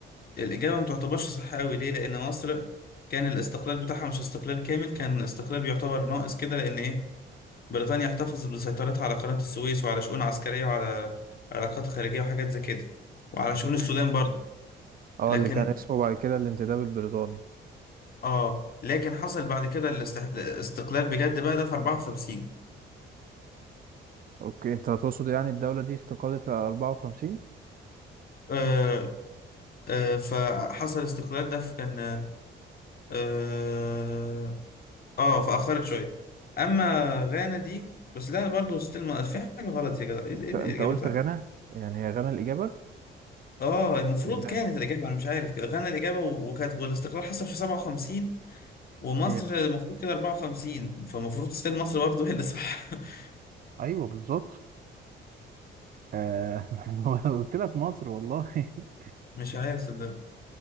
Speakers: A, on the left (about 50°); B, on the right (about 45°).
A: الإجابة ما تعتبرش صح قوي ليه؟ لأن مصر كان الاستقلال بتاعها مش استقلال كامل كان استقلال يعتبر ناقص كده لأن إيه بريطانيا احتفظت بسيطرتها على قناة السويس وعلى شؤون عسكرية وعلى علاقات خارجية وحاجات زي كده وعلى
B: اوكي.
A: شؤون السودان برضه
B: اه
A: لكن
B: اللي كان اسمه بعد كده الانتداب البريطاني
A: اه لكن حصل بعد كده الاست- الاستقلال بجد بقى ده في 54
B: اوكي انت تقصد يعني الدولة دي استقالت على 54
A: آه آه فحصل الاستقلال ده في كان اه اه فأخرت شوية اما غانا دي بس لا برضه ستيل ما- في حاجة غلط يا جدع ايه ال- إيه الاجابات
B: انت قلت غانا يعني هي غانا الإجابة
A: اه المفروض
B: ازاي
A: كانت الاجابة انا مش عارف كده. غانا الاجابة و- وكانت والاستقلال حصل في 57 ومصر
B: هي
A: المفروض كده 54 فالمفروض ستيل مصر برضه هي اللي صح <laughs>
B: ايوه بالظبط آه <laughs> قلت لك مصر والله <laughs>
A: مش عارف صدق